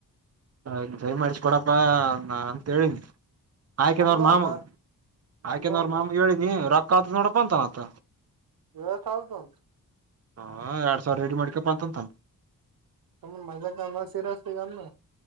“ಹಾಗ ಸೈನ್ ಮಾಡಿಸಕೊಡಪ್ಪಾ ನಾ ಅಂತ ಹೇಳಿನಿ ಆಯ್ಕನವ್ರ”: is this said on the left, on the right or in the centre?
Right